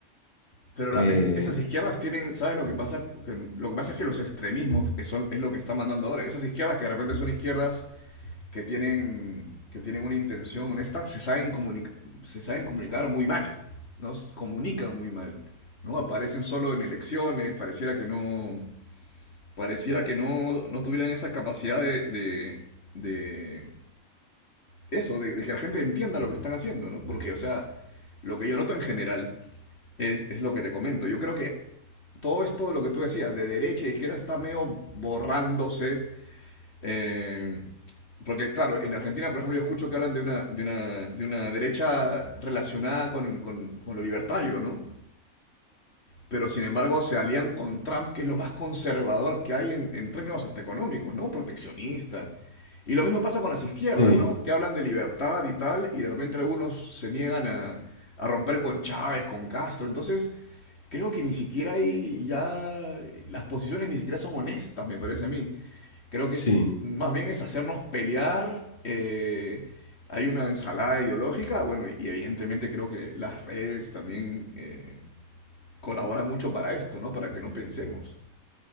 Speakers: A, on the left (about 50°); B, on the left (about 30°).
A: Pero la-
B: eh,
A: es- esas izquierdas tienen, ¿sabes lo que pasa? Que- lo que pasa es que los extremismos es, son- es lo que están mandando ahora. Esas izquierdas que de repente son izquierdas que tienen, que tienen una intención honesta, se saben, comunicar se saben comunicar muy mal, ¿no? S- Comunican muy mal, ¿no? Aparecen solo en elecciones, pareciera que no, pareciera que no, no tuvieran esa capacidad de, de, de eso, de, de que la gente entienda lo que están haciendo, ¿no? Porque, o sea, lo que yo noto en general es, es lo que te comento. Yo creo que todo esto de lo que tú decías, de derecha e izquierda, está medio borrándose. eh, porque, claro, en Argentina, por ejemplo, yo escucho que hablan de una, de una, de una derecha relacionada con, con- con lo libertario, ¿no? pero sin embargo se alían con Trump, que es lo más conservador que hay en, en términos hasta económicos, ¿no? Proteccionista. Y lo mismo pasa con las izquierdas,
B: sí,
A: ¿no? Que hablan de libertad y tal, y de repente algunos se niegan a, a romper con Chávez, con Castro. Entonces, creo que ni siquiera hay ya. Las posiciones ni siquiera son honestas, me parece a mí. Creo que
B: sí.
A: es, más bien es hacernos pelear. eh, hay una ensalada ideológica, bueno, y, y evidentemente creo que las redes también eh, colabora mucho para esto, ¿no? Para que no pensemos.